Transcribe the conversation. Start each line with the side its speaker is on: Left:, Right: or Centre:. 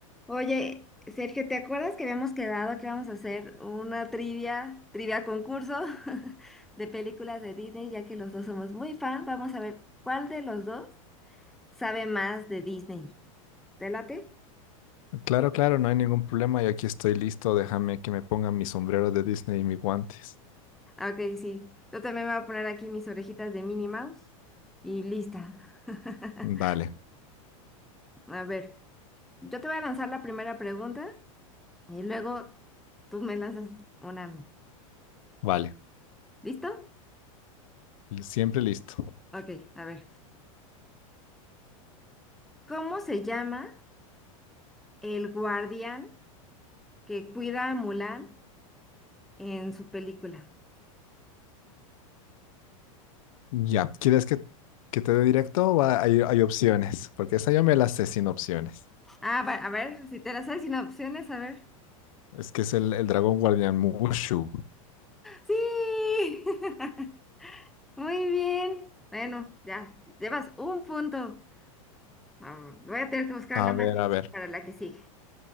Centre: Oye, Sergio, ¿te acuerdas que habíamos quedado que íbamos a hacer una trivia, trivia concurso <laughs> de películas de Disney, ya que los dos somos muy fan? Vamos a ver cuál de los dos sabe más de Disney. ¿Te late?
Left: Claro, claro, no hay ningún problema. Yo aquí estoy listo. Déjame que me ponga mi sombrero de Disney y mis guantes.
Centre: Ah, Ok, sí. Yo también voy a poner aquí mis orejitas de Minnie Mouse y lista. <laughs>
Left: Dale,
Centre: A ver, yo te voy a lanzar la primera pregunta y luego tú me lanzas una a mí.
Left: vale.
Centre: ¿Listo?
Left: Siempre listo.
Centre: Ok, a ver. ¿Cómo se llama? el guardián que cuida a Mulan en su película.
Left: Ya, ¿quieres que, que te dé directo o va- hay, hay opciones? Porque esa yo me la sé sin opciones.
Centre: Ah, va- a ver, si te la sabes sin opciones, a ver.
Left: Es que es el, el dragón guardián Mushu.
Centre: ¡Sí! <laughs> Muy bien. Bueno, ya, llevas un punto. Ah, voy a tener que buscar
Left: A
Centre: una más
Left: ver,
Centre: difícil
Left: a ver.
Centre: para la que sigue.